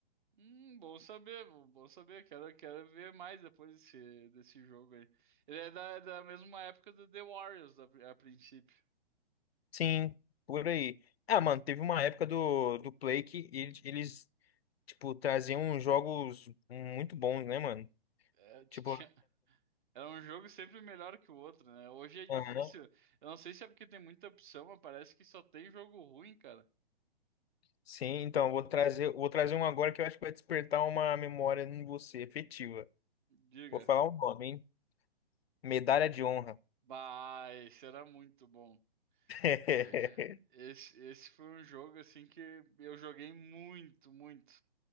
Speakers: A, on the right; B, on the left.
A: Hum, bom saber, bom bom saber. Quero, quero ver mais depois desse, desse jogo aí. Ele é da, é da mesma época do The Warriors, a, pri- a princípio.
B: Sim, por aí. Ah, mano, teve uma época do, do Play que eles, eles, tipo, traziam jogos muito bons, né, mano?
A: É, tinha-
B: Tipo,
A: <laughs> era um jogo sempre melhor que o outro, né? Hoje é difícil.
B: aham.
A: Eu não sei se é porque tem muita opção, mas parece que só tem jogo ruim, cara.
B: Sim, então, eu vou trazer, vou trazer um agora que eu acho que vai despertar uma memória em você, efetiva.
A: Diga.
B: Vou falar o nome, hein? Medalha de honra.
A: Bah, esse era muito bom.
B: <laughs>
A: É, Esse, esse foi um jogo assim que eu joguei muito, muito.